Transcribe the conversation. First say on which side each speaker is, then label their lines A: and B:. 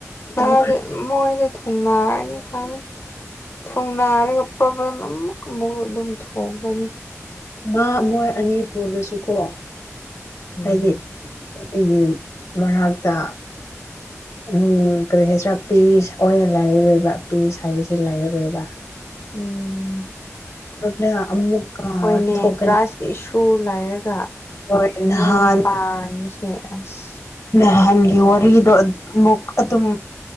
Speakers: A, on the left; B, on the left.
A: ꯃꯥꯗꯤ
B: ꯇꯧꯈ꯭ꯔꯦ
A: ꯃꯣꯏꯗꯤ ꯊꯨꯡꯅꯔꯅꯤ ꯈꯪꯉꯦ ꯊꯨꯡꯅꯥꯔꯒ ꯄ꯭ꯔꯣꯕ꯭ꯂꯦꯝ ꯑꯃꯨꯛꯀꯥ ꯑꯃꯨꯛ ꯑꯗꯨꯝ ꯊꯣꯛꯒꯅꯤ
B: ꯃꯥ ꯃꯣꯏ ꯑꯅꯤ ꯄꯨꯜꯂꯁꯨꯀꯣ
A: ꯎꯝ
B: ꯍꯥꯏꯗꯤ ꯏꯒꯤ ꯃꯔꯥꯛꯇ ꯎꯝ ꯀꯔꯤ ꯍꯥꯏꯁꯤꯔꯥ ꯄꯤꯁ ꯑꯣꯏꯅ ꯂꯥꯏꯔꯔꯣꯏꯕ ꯄꯤꯁ ꯍꯥꯏꯕꯁꯤ ꯂꯥꯏꯔꯔꯣꯏꯕ
A: ꯎꯝ
B: <unintelligible>
A: ꯍꯣꯏꯅꯦ
B: ꯊꯣꯛꯀꯅꯤ
A: ꯇ꯭ꯔꯥꯁ ꯏꯁꯨ ꯂꯩꯥꯏꯔꯒ
B: ꯍꯣꯏ ꯅꯍꯥꯟ
A: ꯌꯨꯝ ꯄꯥꯟꯁꯦ ꯑꯁ
B: ꯅꯍꯥꯟꯒꯤ ꯋꯥꯔꯤꯗꯣ ꯑꯃꯨꯛ ꯑꯗꯨꯝ